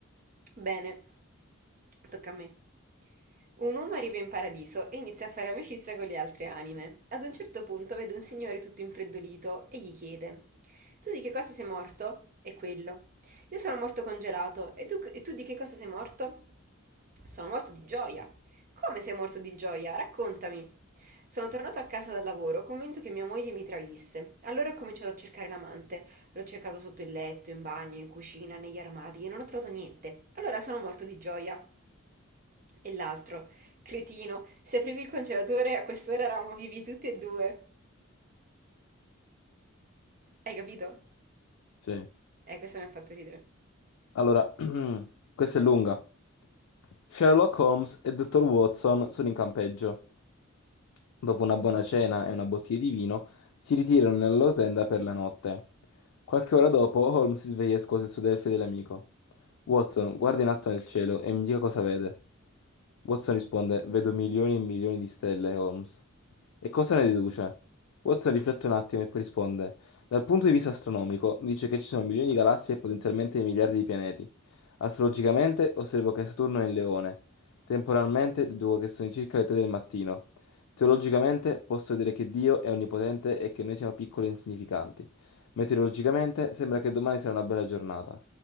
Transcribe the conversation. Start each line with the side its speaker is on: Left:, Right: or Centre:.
Right: Bene, tocca a me. Un uomo arriva in paradiso e inizia a fare amicizia con le altre anime. Ad un certo punto vede un signore tutto infreddolito e gli chiede: Tu di che cosa sei morto? E quello. Io sono morto congelato. E tu, e tu di che cosa sei morto? Sono morto di gioia. Come sei morto di gioia? Raccontami. Sono tornato a casa dal lavoro, convinto che mia moglie mi tradisse. Allora ho cominciato a cercare l'amante. L'ho cercato sotto il letto, in bagno, in cucina, negli armadi e non ho trovato niente. Allora sono morto di gioia. E l'altro, cretino, se aprivi il congelatore a quest'ora eravamo vivi tutti e due. Hai capito?
Left: Sì.
Right: Eh, questo mi ha fatto ridere.
Left: Allora, <clears throat> questa è lunga. Sherlock Holmes e Dottor Watson sono in campeggio. Dopo una buona cena e una bottiglia di vino, si ritirano nella loro tenda per la notte. Qualche ora dopo, Holmes si sveglia e scuote il suo del fedele amico. Watson, guarda in alto nel cielo e mi dica cosa vede. Watson risponde: Vedo milioni e milioni di stelle, Holmes. E cosa ne deduce? Watson riflette un attimo e poi risponde: dal punto di vista astronomico, dice che ci sono milioni di galassie e potenzialmente miliardi di pianeti. Astrologicamente, osservo che Saturno è in Leone. Temporalmente, deduco che sono circa le 3 del mattino. Teologicamente, posso vedere che Dio è onnipotente e che noi siamo piccoli e insignificanti. Meteorologicamente, sembra che domani sarà una bella giornata.